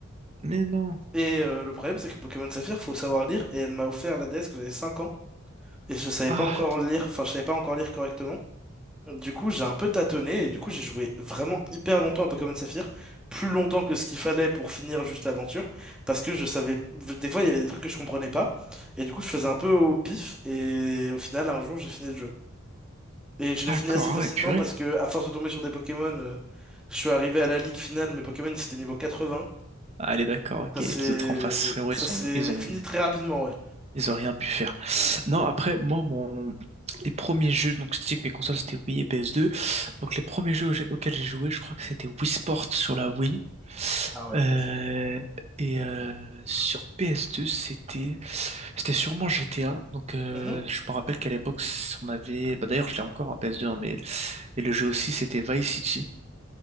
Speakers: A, on the right (about 30°); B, in the centre.
A: Mais non.
B: Et euh, le problème, c'est que Pokémon Saphir, faut savoir lire, et elle m'a offert la DS quand j'avais cinq ans. Et je savais
A: Ah,
B: pas encore lire, enfin, je savais pas encore lire correctement. Du coup, j'ai un peu tâtonné et du coup, j'ai joué vraiment hyper longtemps à Pokémon Saphir, plus longtemps que ce qu'il fallait pour finir juste l'aventure, parce que je savais, des fois, il y avait des trucs que je comprenais pas, et du coup, je faisais un peu au pif, et au final, un jour, j'ai fini le jeu. Et je l'ai
A: d'accord.
B: fini assez facilement
A: Ah ouais, purée.
B: parce que, à force de tomber sur des Pokémon, euh, je suis arrivé à la ligue finale, mes Pokémon, c'était niveau 80.
A: Allez, d'accord, ok.
B: Ça
A: Les
B: s'est,
A: autres en face, frérot,
B: ça
A: ils
B: s'est
A: ont, ils ont,
B: fini très rapidement, ouais.
A: Ils ont rien pu faire. Non, après, moi, mon... les premiers jeux, donc je te dis que mes consoles c'était Wii et PS2. Donc les premiers jeux auxquels auxquels j'ai joué, je crois que c'était Wii Sport sur la Wii.
B: Ah ouais,
A: Euh,
B: classique.
A: et euh, sur PS2, c'était c'était sûrement GTA. Donc euh,
B: Mhm.
A: je me rappelle qu'à l'époque, on avait. Bah, d'ailleurs, je l'ai encore en PS2, hein, mais et le jeu aussi, c'était Vice City.